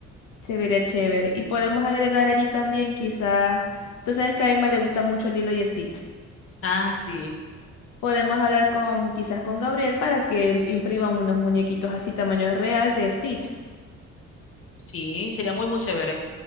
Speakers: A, on the left; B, on the left.
A: Se vería chévere. Y podemos agregar allí también, quizás. Tú sabes que a Emma le gusta mucho Lilo y Stitch.
B: Ah, sí,
A: Podemos hablar con, quizás con Gabriel para que él imprima unos muñequitos así tamaño real de Stitch.
B: sí, sería muy, muy chévere.